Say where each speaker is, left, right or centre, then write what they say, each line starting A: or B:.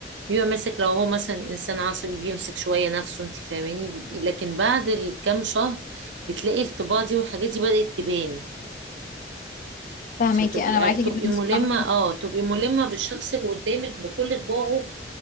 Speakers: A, on the right (about 85°); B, on the left (about 45°).
A: بيبقى ماسك لو هو مثلا انسان عصبي بيمسك شويه نفسه انت فاهماني لكن بعد الكام شهر بتلاقي الطباع دي والحاجات دي بدأت تبان
B: فاهماكي
A: فتبقي
B: انا
A: يعني
B: معاكي
A: تبقي
B: جدا
A: ملمة
B: الصراحة
A: اه تبقي ملمة بالشخص اللي قدامك بكل طباعه